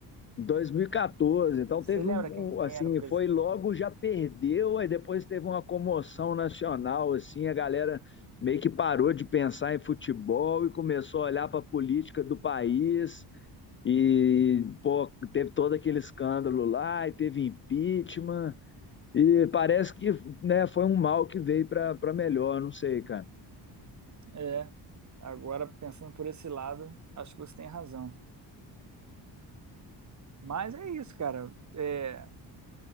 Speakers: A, on the left; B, on the right.
A: 2014, então
B: Você
A: teve
B: lembra
A: um,
B: quem, quem
A: um, assim,
B: era o presidente?
A: foi logo já perdeu, aí depois teve uma comoção nacional, assim, a galera meio que parou de pensar em futebol e começou a olhar para a política do país, E, pô, teve todo aquele escândalo lá, e teve impeachment, e parece que, né, foi um mal que veio para para melhor, não sei, cara.
B: É, agora pensando por esse lado, acho que você tem razão. Mas é isso, cara. É,